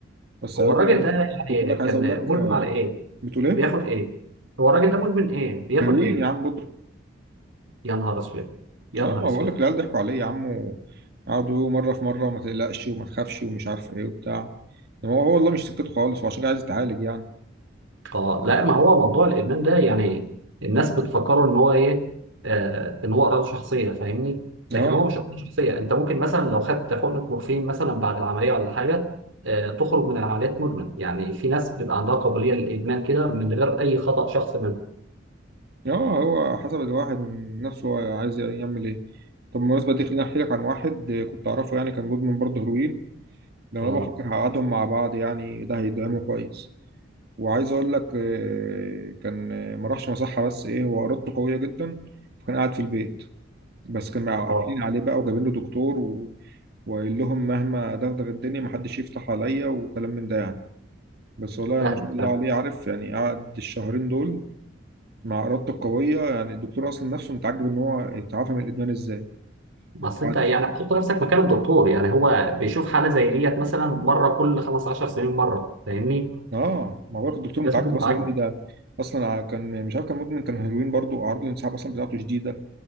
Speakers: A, on the right (about 55°); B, on the right (about 85°).
A: بس
B: هو
A: علاج
B: الراجل
A: الم-
B: ده
A: خد
B: يعني
A: بالك
B: كان
A: عايز اقول لك
B: مدمن
A: آه،
B: على ايه؟
A: بتقول ايه؟
B: بياخد ايه؟ هو الراجل ده مدمن ايه؟ بياخد
A: هيروين
B: ايه؟
A: يا عم بودرة
B: يا نهار اسود يا
A: اه ما
B: نهار اسود
A: بقول لك العيال ضحكوا عليه يا عم قعدوا يقولوا مرة في مرة وما تقلقش وما تخافش ومش عارف ايه وبتاع إنما هو هو والله مش سكته خالص وعشان كده عايز يتعالج يعني
B: اه لا ما هو موضوع الادمان ده يعني الناس بتفكره ان هو ايه آه ان هو امراض شخصيه فاهمني لكن
A: اه
B: هو مش امراض شخصيه انت ممكن مثلا لو خدت حقنه مورفين مثلا بعد العمليه ولا حاجه آه تخرج من العمليات مدمن يعني في ناس بيبقى عندها قابليه للادمان كده من غير اي خطا شخص منهم
A: اه هو حسب الواحد من نفسه هو عايز يعمل ايه طب بالمناسبة دي خليني احكي لك عن واحد آه، كنت اعرفه يعني كان مدمن برضه هيروين ده انا
B: اه
A: بفكر هقعدهم مع بعض يعني ده هيدعمه كويس وعايز اقول لك آه، كان آه، ما راحش مصحة بس ايه هو ارادته قوية جدا فكان قاعد في البيت بس كانوا
B: اه
A: قافلين عليه بقى وجايبين له دكتور و... وقال لهم مهما دغدغ الدنيا محدش يفتح عليا وكلام من ده يعني بس والله يعني
B: فاهم
A: ما شاء الله
B: فاهم
A: عليه عارف يعني قعد الشهرين دول مع إرادته القوية يعني الدكتور أصلا نفسه متعجب إن هو اتعافى من الإدمان إزاي
B: بس
A: قعد
B: انت يعني حط نفسك مكان الدكتور يعني هو بيشوف حاله زي ديت مثلا مره كل 15 سنين مره فاهمني
A: آه ما هو الدكتور
B: لازم
A: متعجب
B: تكون متعجب
A: أصلا يقول لي ده أصلا ع- كان مش عارف كان مدمن كان هيروين برضه أعراض الانسحاب أصلا بتاعته شديدة